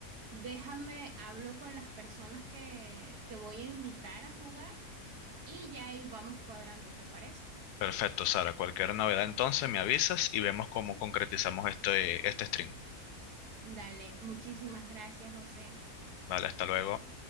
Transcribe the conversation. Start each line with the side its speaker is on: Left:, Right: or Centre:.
Right: déjame, hablo con las personas que, que voy a invitar a jugar y ya ahí vamos cuadrando, ¿te parece?
Left: Perfecto, Sara. Cualquier novedad entonces me avisas y vemos cómo concretizamos este, este stream.
Right: Dale, muchísimas gracias, José.
Left: Vale, hasta luego.